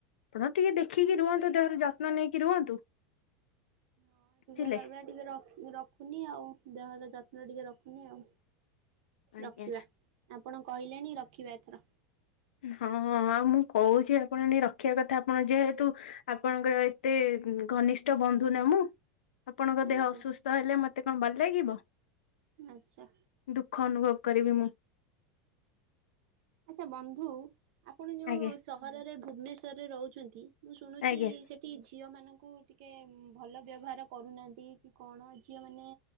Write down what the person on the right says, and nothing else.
ହଁ
ଟିକେ ରହିବା। ଟିକେ ରଖ ରଖୁନି ଆଉ ଦେହର ଯତ୍ନ ଟିକେ ରଖୁନି ଆଉ।
ରଖିବା ଆପଣ କହିଲେଣି ରଖିବା ଏଥର।
ଆଜ୍ଞା
ଆଚ୍ଛା।
ଆଚ୍ଛା ବନ୍ଧୁ, ଆପଣ ଯୋଉ
ସହରରେ ଭୁବନେଶ୍ଵରରେ ରହୁଛନ୍ତି। ମୁଁ ଶୁଣୁଛି
ସେ ଟି ଝିଅମାନଙ୍କୁ ଟିକେ ଉଁ, ଭଲ ବ୍ୟବହାର କରୁନାହାନ୍ତି। କି କଣ ଝିଅମାନେ